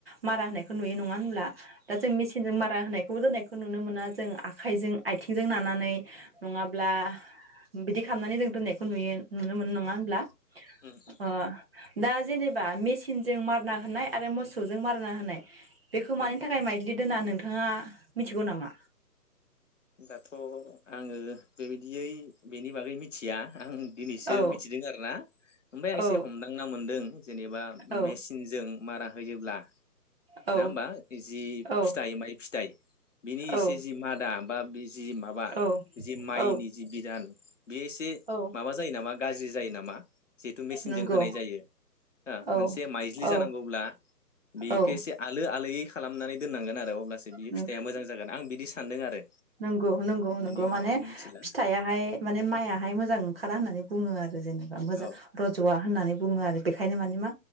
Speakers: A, on the right (about 35°); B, on the left (about 50°).
A: मारा होनायखौ नुयो नङा होनब्ला दा जों मेसिनजों मारा होनाय खौ होनायखौ नुनो मोना जों आखाइजों आइथिंजों नानानै नङाब्ला बिदि खालामनानै जों दोननायखौ नुयो नो मोनो नङा होनब्ला
B: उम
A: ओ दा जेनेबा मेचिनजों मारना होनाय आरो मोसौजों मारना होनाय बेखौ मानि
B: उम
A: थाखाय माइज्लि दोना नोंथाङा मिथिगौ नामा
B: दाथ' आङो बेबायदियै बेनि बागै मिथिया आं दिनैसो
A: औ
B: मिथिदों आरोना ओमफाय आं
A: औ
B: एसे हमदांना मोनदों जेनेबा
A: औ
B: मेसिनजों मारा होयोब्ला
A: औ
B: नोङा होमबा बि जि
A: औ
B: फिथाइ माइ फिथाइ बिनि
A: औ
B: इसे जि मा दाम बा बिस जि माबा
A: औ
B: जि माइनि
A: औ
B: जि बिधान बेयो एसे
A: औ
B: माबा जायो नामा गाज्रि जायो नामा जिहेथु मेसिनजों
A: नंगौ
B: होनाय जायो हो
A: औ
B: मोनसे माइज्लि
A: औ
B: जानांगौब्ला बेखौ
A: औ
B: एसे आलो आलोयै खालामनानै दोननांगोन आरो अब्ला सो बियो
A: नंगौ
B: फिथाइया मोजां जागोन आं बिनि सान्दों आरो
A: नंगौ नंगौ
B: बिनि
A: नंगौ
B: उनाव
A: माने
B: आं मिथिला
A: फिथाइयाहाय माने माइयाहाय मोजां ओंखार खारा होननानै बुङो आ जेनेबा मोजां
B: औ
A: रज'वा होननानै बुङो आरो बेखायनो माने मा